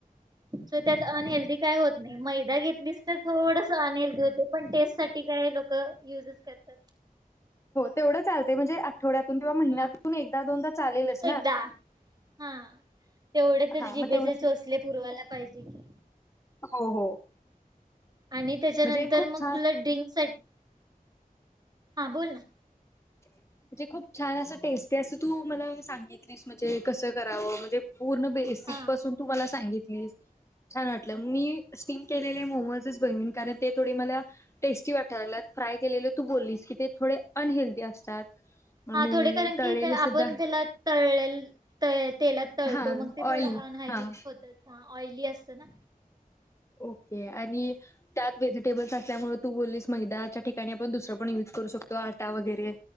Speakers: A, on the right; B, on the left.
A: त्यात ऑन हेल्दी काय मैदा घेतलीस तर थोडस अनलदी होते पण टेस्ट साठी काय लोक युजच करतात
B: तेवढं चालंय म्हणजे आठवड्यातून किंवा महिन्यातून
A: हा
B: एकदा दोनदा चालेलच ना
A: एकदा हा तेवढे तर
B: हा
A: जिभेचे
B: मग तेवढं
A: चोचले पुरवायला पाहिजे की
B: हो हो
A: आणि त्याच्यानंतर
B: म्हणजे खूप
A: मग
B: छान
A: तुला ड्रिंक स -- हा बोल ना.
B: म्हणजे खूप छान असं टेस्टी असं तू मला सांगितलीस म्हणजे कसं करावं म्हणजे -- पूर्ण बेसिक
A: हा
B: पासून तुम्हाला सांगितलं. छान वाटलं. मी स्टीम केलेले मोमोजच बनवीन. कारण ते थोडे मला टेस्टी वाटल्यात. फ्राय के तू बोललीस के ते -- थोडे अनहेल्दी असतात. आणि
A: हा थोडे कारण की
B: तळलेले
A: आपण
B: सुद्धा
A: त्याला तळ -- ह त तेलात तळतो
B: हा
A: मग ते थोडं
B: ऑइल
A: अनहायजेनिक
B: हा
A: होतच. हा ऑइली असत ना.
B: ओके आणि त्यात व्हेजिटेबल्स असल्यामुळे तू बोललीस मैदाच्या ठिकाणी आपण दुसरं पण युज करू शकतो. आटा वगैरे.